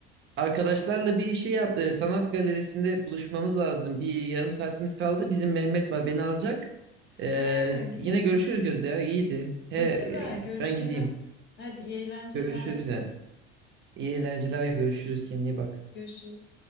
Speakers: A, on the right (about 40°); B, on the left (about 35°).
A: arkadaşlarla bir şey yap e, sanat galerisinde buluşmamız lazım. Bir yarım saatimiz kaldı. Bizim Mehmet var beni alacak. E,
B: He, gidiyorsun.
A: yine görüşürüz Gözde ya iyiydi. He
B: Tabii
A: e,
B: tabii görüşelim.
A: ben gideyim.
B: Hadi iyi eğlenceler.
A: Görüşürüz ya. İyi eğlenceler görüşürüz kendine iyi bak.
B: Görüşürüz.